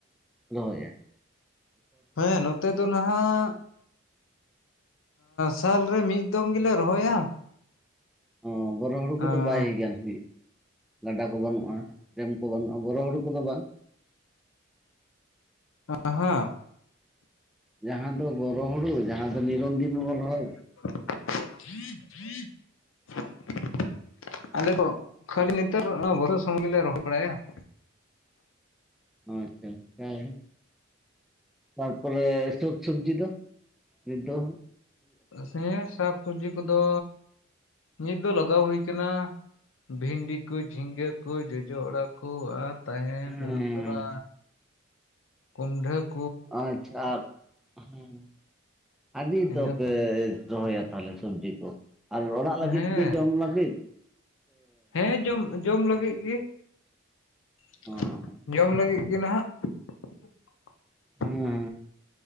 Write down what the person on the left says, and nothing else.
ᱦᱮᱸ ᱱᱚᱸ ᱱᱚᱛᱮ ᱫᱚ ᱱᱟᱦᱟᱜ ᱥᱟᱞ ᱨᱮ ᱢᱤᱫ ᱫᱚᱢ ᱜᱮᱞᱮ ᱨᱚᱦᱚᱭᱟ ᱾
ᱟᱸ
ᱟᱸᱜ ᱦᱟᱸᱜ ᱾
<unintelligible> ᱟᱞᱮ ᱫᱚ ᱠᱷᱟᱹᱞᱤ ᱱᱮᱛᱟᱨ ᱵᱚᱨᱚ ᱥᱚᱢᱚᱭ ᱜᱮᱞᱮ ᱨᱚᱦᱚᱭ ᱵᱟᱲᱟᱭᱟ ᱾
ᱥᱮᱸ ᱥᱟᱯ ᱥᱚᱵᱽᱡᱤ ᱠᱚᱫᱚ ᱱᱤᱛ ᱫᱚ ᱞᱟᱜᱟᱣ ᱦᱩᱭ ᱠᱟᱱᱟ ᱾ ᱵᱷᱤᱱᱰᱤ ᱠᱳ ᱡᱷᱤᱸᱜᱟᱹ ᱠᱳ ᱡᱚᱡᱚ ᱚᱲᱟᱜ ᱠᱳ ᱟᱨ ᱾ ᱛᱟᱦᱮᱱ
ᱜᱷᱟᱝᱜᱨᱟ ᱠᱩᱢᱰᱷᱟᱹᱵ ᱾
ᱤᱱᱟᱹ ᱠᱚ
ᱦᱮᱸ
ᱦᱮᱸ ᱡᱚᱢ ᱡᱚᱢ ᱞᱟᱹᱜᱤᱫ ᱜᱮ ᱾
ᱡᱚᱢ ᱞᱟᱹᱜᱤᱫ ᱜᱮ ᱱᱟᱦᱟᱜ ᱾